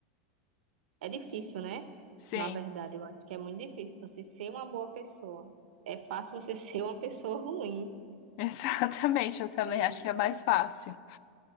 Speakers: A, on the right; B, on the left.
A: É difícil, né?
B: Sim.
A: Na verdade, eu acho que é muito difícil você ser uma boa pessoa. É fácil você <laughs> ser uma pessoa ruim.
B: <laughs> Exatamente, eu também
A: É,
B: acho que é mais fácil.